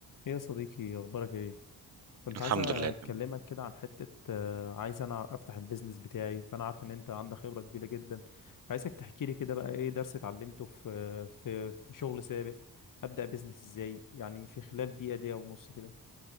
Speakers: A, on the left; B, on the right.
A: ايه يا صديقي اخبارك ايه كنت
B: الحمد
A: عايز اكلمك
B: لله تمام.
A: كده عن حته آه، عايز انا افتح البيزنس بتاعي فانا عارف ان انت عندك خبره كبيره جدا عايزك تحكي لي كده بقى ايه درس اتعلمته في في في شغل سابق ابدا بيزنس ازاي يعني في خلال دقيقه دقيقه ونص كده